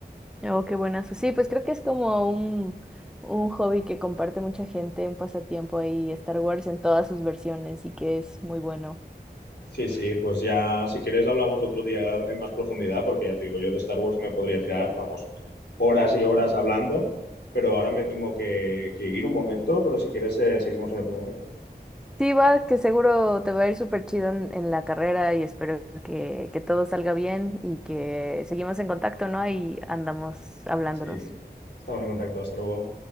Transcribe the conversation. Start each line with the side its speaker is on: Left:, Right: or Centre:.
Centre: Oh, qué buenazo. Sí, pues creo que es como un, un hobby que comparte mucha gente, un pasatiempo ahí, Star Wars en todas sus versiones y que es muy bueno.
Left: Sí, sí, pues ya si quieres hablamos otro día en más profundidad, porque ya te digo, yo de Star Wars me podría tirar, vamos, horas y horas hablando, pero ahora me tengo que, que ir un momento, pero si quieres eh, seguimos en otro momento.
Centre: Sí, va, que seguro te va a ir súper chido en, en la carrera y espero que, que todo salga bien y que seguimos en contacto, ¿no? Ahí andamos hablándonos.
Left: Sí, estamos en contacto, hasta luego.